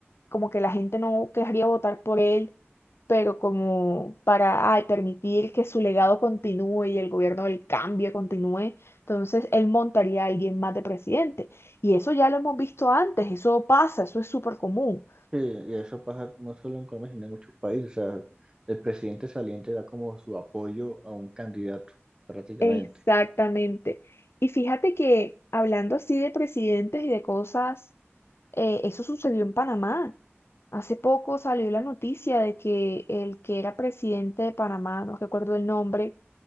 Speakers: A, on the left; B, on the right.
A: como que la gente no querría votar por él, pero como para ay, permitir que su legado continúe y el gobierno del cambio continúe, entonces él montaría a alguien más de presidente. Y eso ya lo hemos visto antes, eso pasa, eso es súper común.
B: Sí, y eso pasa no solo en Colombia, sino en muchos países. O sea, el presidente saliente da como su apoyo a un candidato, prácticamente.
A: Exactamente. Y fíjate que hablando así de presidentes y de cosas, eh, eso sucedió en Panamá. Hace poco salió la noticia de que el que era presidente de Panamá, no recuerdo el nombre,